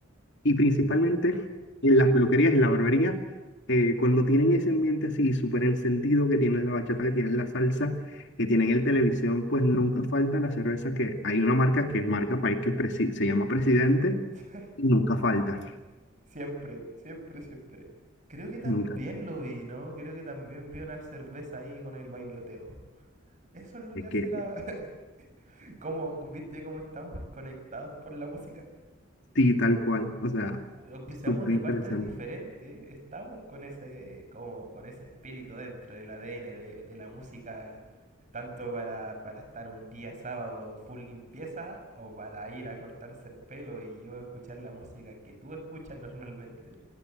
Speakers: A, on the left; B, on the right.
A: Y principalmente en las peluquerías, en la barbería, eh, cuando tienen ese ambiente así súper encendido, que tienen la bachata, que tienen la salsa, que tienen el televisión, pues nunca falta la cerveza, que hay una marca que es marca país que presi- se llama Presidente
B: <laughs>
A: y nunca falta,
B: siempre, siempre, siempre. Creo que también
A: nunca.
B: lo vi, ¿no? Creo que también vi una cerveza ahí con el bailoteo. Eso es lo
A: Es
B: que hace
A: que
B: la...
A: eh,
B: <laughs> como, ¿viste cómo estamos conectados por la música?
A: sí, tal cual, o sea,
B: aunque seamos
A: súper
B: de
A: interesante.
B: partes diferentes, estamos con ese, como, con ese espíritu dentro del ADN de, de la música, tanto para, para estar un día sábado full limpieza o para ir a cortarse el pelo y yo escuchar la música que tú escuchas normalmente,